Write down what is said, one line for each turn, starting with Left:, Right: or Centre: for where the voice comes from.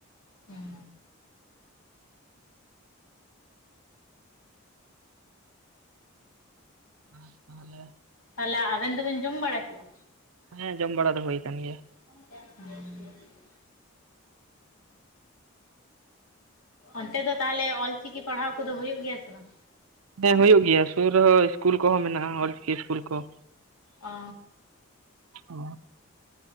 Left: ᱩᱸ
Right: ᱟᱨ ᱛᱟᱦᱚᱞᱮ
Left: ᱛᱟᱦᱚᱞᱮ ᱟᱵᱮᱱ ᱫᱚᱵᱮᱱ ᱡᱚᱢ ᱵᱟᱲᱟ ᱠᱮᱜᱼᱟ
Right: ᱦᱮᱸ ᱡᱚᱢ ᱵᱟᱲᱟ ᱫᱚ ᱦᱩᱭ ᱠᱟᱱ ᱜᱮᱭᱟ
Left: <unintelligible> ᱚᱱᱛᱮ ᱫᱚ ᱛᱟᱦᱚᱞᱮ ᱚᱞᱪᱤᱠᱤ ᱯᱟᱲᱦᱟᱣ ᱠᱚᱫᱚ ᱦᱩᱭᱩᱜ ᱜᱮᱭᱟ ᱥᱮ ᱵᱟᱝ
Right: ᱦᱮᱸ ᱦᱩᱭᱩᱜ ᱜᱮᱭᱟ ᱥᱩᱨ ᱨᱮᱦᱚᱸ ᱤᱥᱠᱩᱞ ᱠᱚᱦᱚᱸ ᱢᱮᱱᱟᱜᱼᱟ ᱚᱞᱪᱤᱠᱤ ᱤᱥᱠᱩᱞ ᱠᱚ
Left: ᱚᱻ
Right: ᱚᱻ